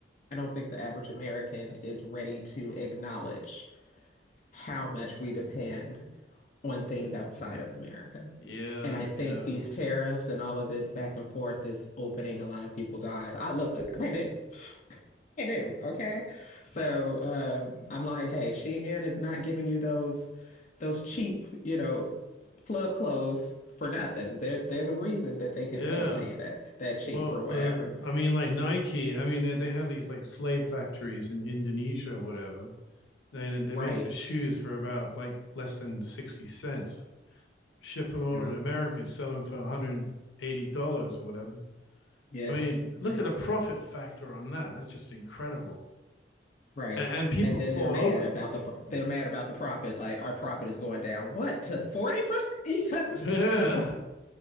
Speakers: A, on the left; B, on the left.
A: I don't think the average American is ready to acknowledge how much we depend on things outside of America.
B: yeah,
A: And I think
B: yeah,
A: these tariffs and all of this back and forth is opening a lot of people's eyes. I look, I knew, I knew, okay. So um, I'm like, hey, Shein is not giving you those those cheap, you know, club clothes for nothing. There, there's a reason that they can
B: yeah.
A: sell it to you that that cheap
B: Well,
A: or whatever.
B: uh, I mean, like Nike, I mean, they, they have these like slave factories in Indonesia or whatever. They, they
A: Right.
B: make the shoes for about like less than 60 cents, ship them over
A: Well,
B: to America, sell them for $180 or whatever.
A: yes,
B: I mean, look
A: yes.
B: at the profit factor on that. That's just incredible.
A: Right.
B: And, and people
A: And then
B: fall
A: they're mad
B: over.
A: about the pro- they're mad about the profit. Like our profit is going down. What to forty percent? Yes.
B: <laughs>
A: <laughs>
B: I